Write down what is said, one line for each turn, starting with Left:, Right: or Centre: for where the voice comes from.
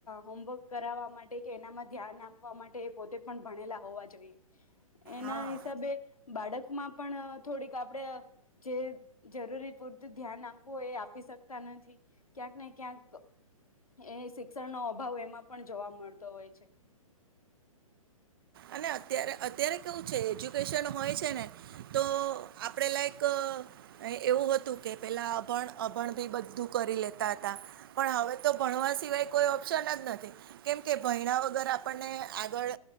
Left: હોમવર્ક કરાવવા માટે કે એનામાં ધ્યાન આપવા માટે પોતે પણ ભણેલા હોવા જોઈએ એના
Right: હા
Left: હિસાબે બાળકમાં પણ થોડીક આપડે જે જરૂરી પૂરતું ધ્યાન આપવું એ આપી શકતા નથી ક્યાંક ને ક્યાંક એ શિક્ષણનો અભાવ એમાં પણ જોવા મળતો હોય છે
Right: અને અત્યારે અત્યારે કેવું છે એજ્યુકેશન હોય છે ને તો આપણે લાઈક એવું હતું કે પેલા અભણ અભણ ભી બધું કરી લેતા હતા પણ હવે તો ભણવા સિવાય કોઈ ઓપ્શન જ નથી કેમ કે ભયણા વગર આપણને આગળ